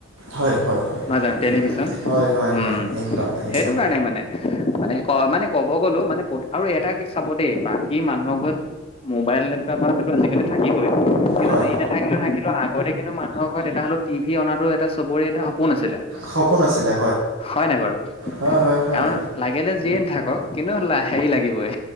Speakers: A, on the right (about 75°); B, on the left (about 30°).
A: হয় হয় হয়
B: নাযাওঁ টেলিভিছন
A: হয় হয়
B: উম,
A: হয় একদম একদম
B: সেইটো কাৰণে মানে- মানে ক' মানে- ক'ব গ'লো মানে আৰু এটা চাব দেই বাকী মানুহৰ ঘৰত মোবাইল- এটাপাক হেইটো আজিকালি থাকিবই। কিন্তু
A: হয়
B: যি নাথাকিলে থাকিলেও আগতে কিন্তু মানু- হৰ ঘৰত এটা হ'লেও টিভি অনাতো এটা চবৰে এটা সপোন আছিলে।
A: সপোন আছিলে
B: হয় নাই বাৰু?
A: হয় হয় হয়
B: কাৰণ- লাগিলে যিয়ে নাথাকক কিন্তু হেৰি লাগিবই